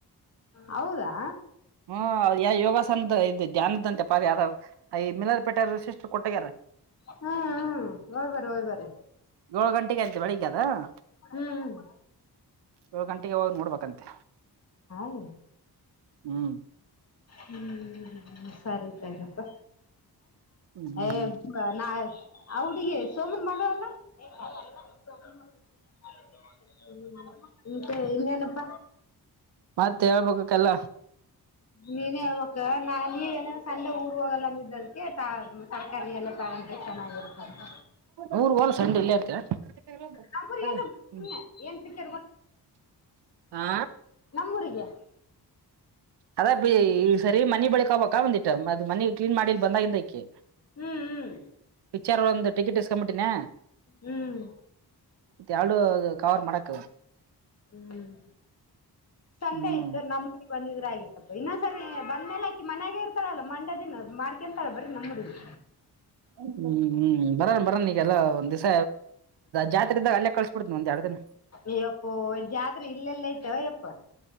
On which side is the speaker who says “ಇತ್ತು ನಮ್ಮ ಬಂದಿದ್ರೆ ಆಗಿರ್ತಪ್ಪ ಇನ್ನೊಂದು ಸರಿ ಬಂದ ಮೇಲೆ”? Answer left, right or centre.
Left